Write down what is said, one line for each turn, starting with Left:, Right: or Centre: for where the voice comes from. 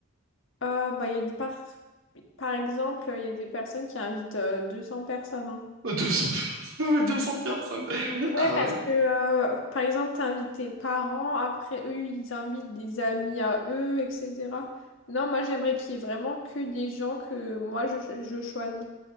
Left: Euh, bah, il y a des par... par exemple, il y a des personnes qui invitent euh, deux cents personnes. hein.
Right: 200 personnes. <laughs> 200 personnes.
Left: Ouais,
Right: Ah
Left: parce
Right: ouais?
Left: que euh, par exemple, t'invites tes parents, après eux, ils invitent des amis à eux, etc. Non, moi j'aimerais qu'il y ait vraiment que des gens que moi je, je choisis.